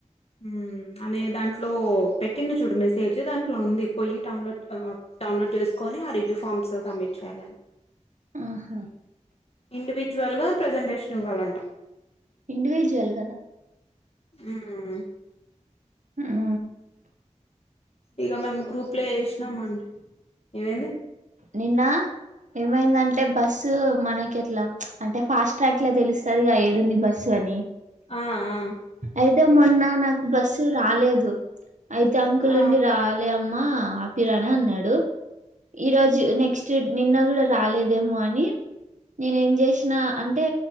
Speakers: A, on the left; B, on the right.
A: హ్మ్ అన్నయ దాంట్లో పెట్టిండు చూడు మెసేజ్ దాంట్లో ఉంది పోయి డౌన్లోడ్ ఆ డౌన్లోడ్ చేసుకొని ఆ రివ్యూ ఫార్మ్స్ సబ్మిట్ చేయాల
B: ఆహా
A: ఇండివిజువల్ గా ప్రజెంటేషన్ ఇవ్వాలంట
B: ఇండివిజువల్గాన
A: హ్మ్
B: హ్మ్
A: ఇక మేము గ్రూప్ లో చేసినామండె ఏమైంది
B: నిన్న ఏమైందంటే బస్సు మనకి ఎట్లా అంటే ఫాస్ట్ ట్రాక్లా తెలుస్తుంది ఏడుంది బస్సు ల అని
A: ఆ ఆ
B: అయితే మొన్న నాకు బస్సు రాలేదు అయితే అంకుల్
A: ఆ
B: ఉండి రాలే అమ్మ అకిరానే అన్నాడు ఈరోజు నెక్స్ట్ నిన్న కూడా రాలేదేమో అని నేనే ఏం చేసిన అంటే